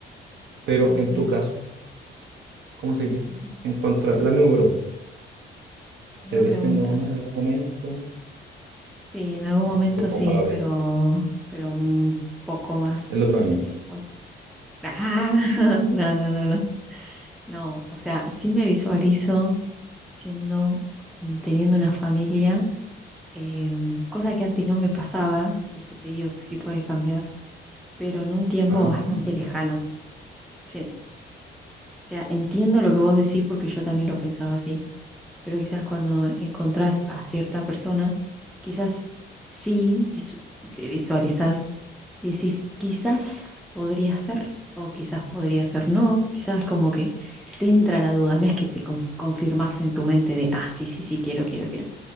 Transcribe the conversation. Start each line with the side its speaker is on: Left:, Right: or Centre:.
Right: Pero
Centre: Sí,
Right: en
Centre: sí.
Right: tu caso, ¿cómo sería?
Centre: ujú,
Right: En cuanto a la misma pregunta.
Centre: Misma
Right: ¿Te ves
Centre: pregunta.
Right: siendo mamá en algún momento?
Centre: Sí, en algún momento
Right: ¿O co- co- ¿Cómo
Centre: sí,
Right: la ves?
Centre: pero, pero un poco más
Right: El otro
Centre: de
Right: año.
Centre: tiempo. Ah, <laughs> no, no, no, no. No, o sea, sí me visualizo siendo, teniendo una familia em, cosa que antes no me pasaba, por eso te digo que sí puede cambiar, pero en un tiempo
Right: Ah,
Centre: bastante lejano. Sí. O sea, entiendo lo que vos decís porque yo también lo pensaba así, pero quizás cuando encontrás a cierta persona, quizás sí visu- te visualizás y decís, quizás podría ser o quizás podría ser no, quizás como que te entra la duda, no es que te conf- confirmás en tu mente de, ah, sí, sí, sí, quiero, quiero, quiero.